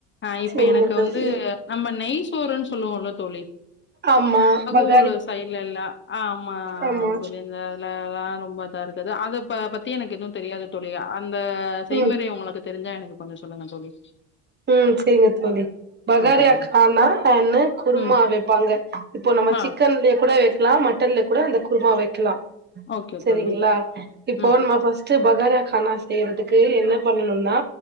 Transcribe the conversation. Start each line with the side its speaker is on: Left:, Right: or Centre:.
Left: ஆ இப்ப
Right: செரிங்க
Left: எனக்கு
Right: தோழி
Left: வந்து நம்ம நெய் சோறுன்னு சொல்லுவோம்ல தோழி
Right: ஆமா பட்
Left: குள் சைட்லல்லா ஆ ஆமா
Right: ஆமா
Left: தோழி இந்த இதெல்லா ரொம்பா இதா இருக்குது அத ப பத் தி எனக்கு எதுவும் தெரியாது தோழி அந்த செய்மறை
Right: ம்
Left: உங்களுக்கு தெரிஞ்சா எனக்கு கொஞ்சோ சொல்லுங்க தோழி
Right: ம் செரிங்க தோழி பகாரியா
Left: ஓகே தோழி
Right: கானா என்ன குருமா
Left: ம்
Right: வை ப்பாங்க இப்போ நம்ம
Left: ஆ
Right: சிக்கன்லேயே கூட வெக்கலா மட்டன்ல கூட அந்த குருமா வெக்கலா
Left: ஓகே
Right: செரிங்ளா
Left: தோழி
Right: இப்போ
Left: ம்
Right: நம்ம ஃபர்ஸ்ட் பகாரா கானா செய்யறதுக்கு என்ன பண்ணணும்னா